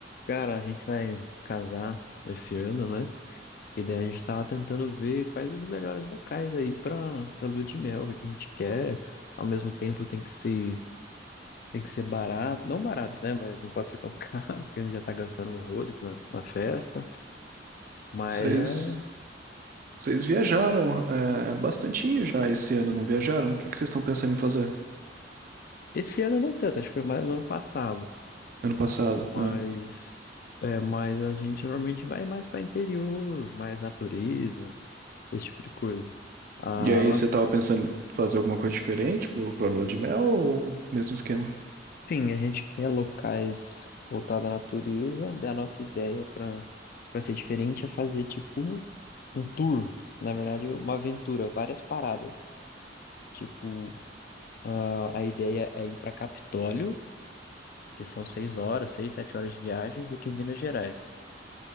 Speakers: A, on the left; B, on the right.
A: Cara, a gente vai casar esse ano, né? E daí a gente tava tentando ver quais os melhores locais aí pra, pra lua de mel, o que a gente quer. Ao mesmo tempo tem que ser, tem que ser barato, não barato, né? Mas não pode ser tão <laughs> caro, porque a gente já tá gastando horrores na, na festa. Mas
B: Vocês,
A: é.
B: vocês viajaram é, bastantinho já esse ano, não viajaram? O que que vocês estão pensando em fazer
A: Esse ano não tanto, acho que foi mais o ano passado.
B: ano passado?
A: Mas.
B: né?
A: É, mas a gente normalmente vai mais pra interior, mais natureza, esse tipo de coisa. A
B: E aí,
A: nossa.
B: você tava pensando em fazer alguma coisa diferente pro, pra lua de mel ou mesmo esquema?
A: Sim, a gente quer locais voltados à natureza. Daí A nossa ideia para para ser diferente é fazer tipo um tour, na verdade, uma aventura, várias paradas. Tipo, ah, a ideia é ir para Capitólio, que são seis horas, seis, sete horas de viagem, e fica em Minas Gerais.